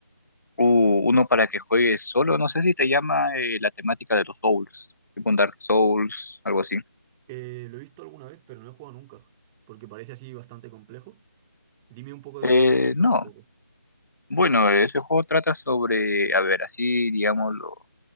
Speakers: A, on the left (about 85°); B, in the centre.
A: Uh, uno para que juegues solo, no sé si te llama eh, la temática de los Souls, tipo un Dark Souls, algo así.
B: Eh, lo he visto alguna vez, pero no he jugado nunca, porque parece así bastante complejo. Dime un poco
A: Eh,
B: de qué va, contame
A: no,
B: un poco.
A: bueno, ese juego trata sobre, a ver, así, digamos, lo,